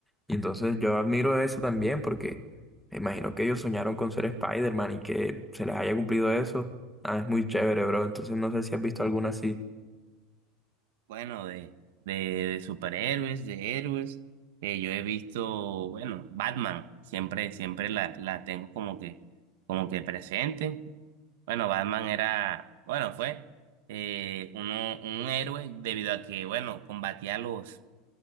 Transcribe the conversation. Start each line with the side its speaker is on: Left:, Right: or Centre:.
Centre: Y entonces yo admiro eso también porque me imagino que ellos soñaron con ser Spider-Man y que se les haya cumplido eso. Ah, es muy chévere, bro. Entonces no sé si has visto alguna así.
Right: Bueno, de, de, de superhéroes, de héroes, eh, yo he visto, bueno, Batman, siempre, siempre la, la tengo como que, como que presente. Bueno, Batman era, bueno, fue eh, uno, un héroe debido a que, bueno, combatía a los,